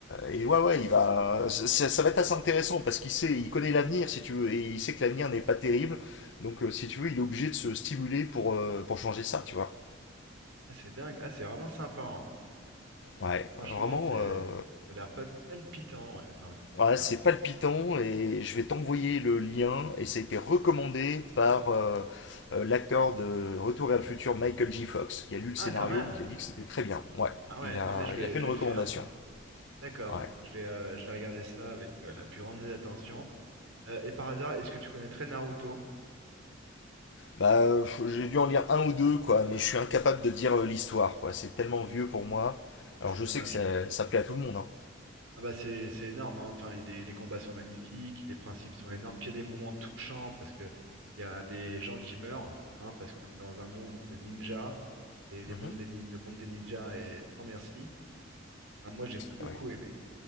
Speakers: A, on the left; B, on the right.
A: et ouais, ouais, il va, ça, ça va être assez intéressant parce qu'il sait, il connaît l'avenir, si tu veux, et il sait que l'avenir n'est pas terrible. Donc euh, si tu veux, il est obligé de se stimuler pour, euh, pour changer ça, tu vois.
B: Ah c'est dingue. Ah c'est vraiment sympa. hein.
A: Ouais,
B: Franchement,
A: vraiment,
B: c'est,
A: euh,
B: ça a l'air pa- palpitant, ouais, j'ai envie de
A: Ouais,
B: te dire.
A: c'est palpitant et je vais t'envoyer le lien. Et ça a été recommandé par euh, euh, l'acteur de Retour vers le futur, Michael J. Fox, qui a lu le
B: Ah
A: scénario,
B: quand même.
A: qui a dit que c'était très bien. Ouais,
B: Ah ouais,
A: il
B: non
A: a,
B: mais je vais,
A: il a fait
B: je
A: une
B: vais
A: recommandation.
B: le faire. D'accord,
A: Ouais.
B: je vais, euh, je vais regarder ça avec euh, la plus grande des attentions. Euh, et par hasard, est-ce que tu connaîtrais Naruto?
A: Bah, je- j'ai dû en lire un ou deux, quoi, mais je suis incapable de dire euh, l'histoire, quoi. C'est tellement vieux pour moi.
B: Ah
A: Alors
B: c'est
A: je
B: dommage.
A: sais que ça, ça plaît à tout le monde, hein.
B: Ah bah c'est c'est énorme, hein. Enfin, il y a des, les combats sont magnifiques, les principes sont énormes, puis il y a des moments touchants parce que il y a des gens qui meurent, hein, parce qu'on est dans un monde de ninjas et les
A: Mhm.
B: mondes des, nin- le monde des ninjas est sans merci. Enfin, moi j'ai beaucoup
A: Ah ouais.
B: aimé.